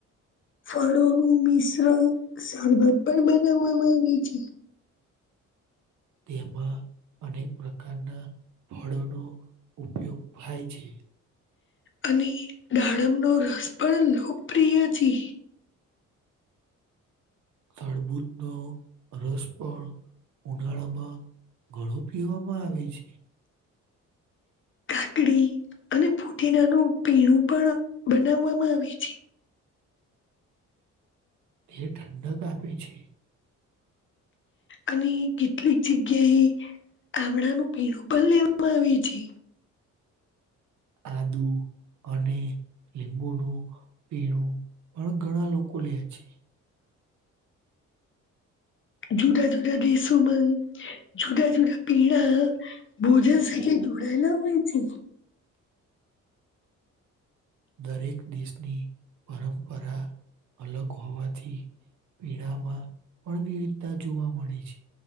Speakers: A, on the left; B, on the right.
A: ફળોનું મિશ્રણ સરબત પણ બનાવવામાં આવે છે.
B: તેમાં અનેક પ્રકારના ફળોનો ઉપયોગ થાય છે
A: અને દાડમનો રસ પણ લોકપ્રિય છે
B: તડભુચ નો રસ પણ ઉનાળામાં ઘણું પીવામાં આવે છે.
A: કાકડી અને ફુદીનાનું પીણું પણ બનાવવામાં આવે છે
B: એ ઠંડક આપે છે.
A: અને કેટલીક જગ્યાએ ગામડાનું પીણું પણ લેવામાં આવે છે
B: આદ અને લીંબુનું પીણું પણ ઘણા લોકો લે છે
A: જુદા જુદા દેશોમાં જુદા જુદા પીણા ભોજન સાથે રોડાલા હોય છે
B: દરેક દેશની પરંપરા અલગ હોવાથી પીણામાં પણ વિવિધતા જોવા મળી છે